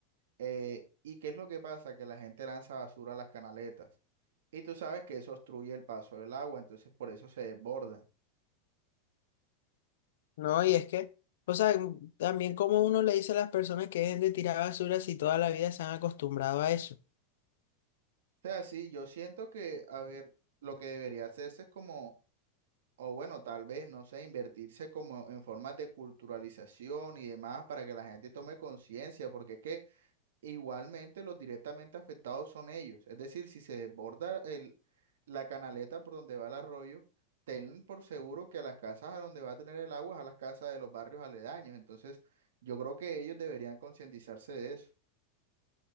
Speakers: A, on the right (about 80°); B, on the left (about 75°).
A: Eh, ¿y qué es lo que pasa? Que la gente lanza basura a las canaletas. Y tú sabes que eso obstruye el paso del agua, entonces por eso se desborda.
B: No, y es que, o sea, también como uno le dice a las personas que dejen de tirar basura si toda la vida se han acostumbrado a eso.
A: O sea, sí, yo siento que, a ver, lo que debería hacerse es como O bueno, tal vez, no sé, invertirse como en formas de culturalización y demás para que la gente tome conciencia, porque es que igualmente los directamente afectados son ellos. Es decir, si se desborda el, la canaleta por donde va el arroyo, ten por seguro que a las casas a donde va a tener el agua es a las casas de los barrios aledaños. Entonces, yo creo que ellos deberían concientizarse de eso.